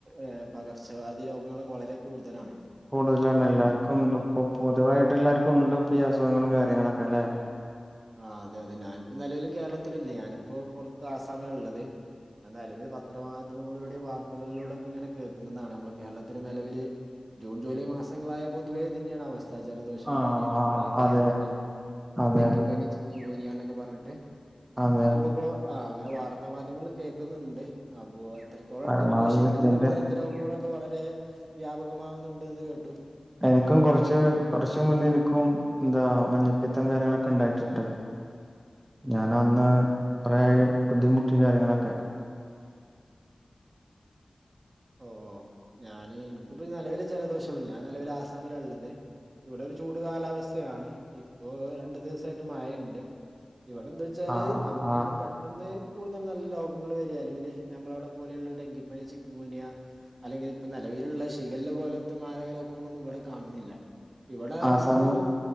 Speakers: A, on the right; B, on the right.
A: ഏഹ് പകർച്ച വ്യാധി രോഗങ്ങളൊക്കെ വളരെ കൂടുതലാണ്
B: കൂടുതലാണ് എല്ലാർക്കും
A: നമ്മ
B: ഉണ്ട് ഇപ്പൊ പൊതുവായിട്ട് എല്ലാർക്കും ഉണ്ട് ഇപ്പൊ ഈ അസുഖങ്ങളും കാര്യങ്ങളൊക്കെ അല്ലെ
A: ആഹ് അതെ അതെ ഞാനിപ്പോ നിലവില് കേരളത്തില് ഇല്ല ഞാനിപ്പോ പൊറത്ത് ആസാമിലാ ഉള്ളത് ഞാൻ നെലവില് പത്ര മാധ്യമങ്ങളിലൂടെയും വാർത്തകളിലൂടെയൊക്കെ ഇങ്ങനെ കേക്കുന്നതാണ് നമ്മളെ കേരളത്തിന് നെലവില് ജൂൺ ജൂലൈ മാസങ്ങളായ പൊതുവെ ഇതന്നെയാണ് അവസ് സ്ഥ ജലദോഷം
B: ആഹ്
A: പനി തുമ്മൽ
B: ആഹ്
A: വയറൽ
B: അതെ
A: പനി
B: അതെ
A: ഡെങ്കി പനി ചിക്കൻ ഗുനിയാ എന്നൊക്കെ പറഞ്ഞിട്ട്
B: അതെ
A: നമ്മള് ഗോ അങ്ങനെ വാർത്ത മാധ്യമങ്ങള് കേക്കുന്നുണ്ട് അപ്പോ എത്രത്തോളം
B: പരമാവധി
A: ഉണ്ട് ഇപ്പൊ ഷിഗല്ല
B: ഇതിന്റെ
A: പോല ത്ത രോഗങ്ങളൊക്കെ വളരെ വ്യാപകമാവുന്നുണ്ട് എന്ന് കേട്ടു
B: എനിക്കും കൊറച്ച് കൊറച്ച് മുന്നെ എനിക്കും എന്താ മഞ്ഞപ്പിത്തം കാര്യങ്ങളൊക്കെ ഇണ്ടായിട്ടുണ്ട് ഞാനന്ന് കൊറെ ബുദ്ധിമുട്ടി കാര്യങ്ങളൊക്കെ
A: ഓഹ് ഞാന് എനിക്കിപ്പ നെലവില് ജലദോഷം ഉള്ളൂ ഞാൻ നെലവില് ആസാമിലാ ഉള്ളത് ഇവിടെ ഒരു ചൂട് കാലാവസ്ഥയാണ് ഇപ്പോ രണ്ടു ദിവസായിട്ട് മഴയുണ്ട് ഇവിടെന്താ എന്താച്ചാല്
B: ആ
A: നമുക്ക്
B: ആ
A: അങ്ങനെ പെ ട്ടെന്ന് കൂടുതല് നല്ല രോഗങ്ങൾ വരിക അല്ലെങ്കിൽ നമ്മള അവിടെ പോലെയുള്ള ഡെങ്കിപ്പനി ചി ഗുനിയ അല്ലെങ്കില് ഇപ്പ നിലവിലുള്ള ശിഗല്ല പോലത്തെ മാരക ലോകങ്ങളൊന്നും ഇവിടെ കാണുന്നില്ല ഇവടാ
B: ആസാമ്
A: മുൻപ്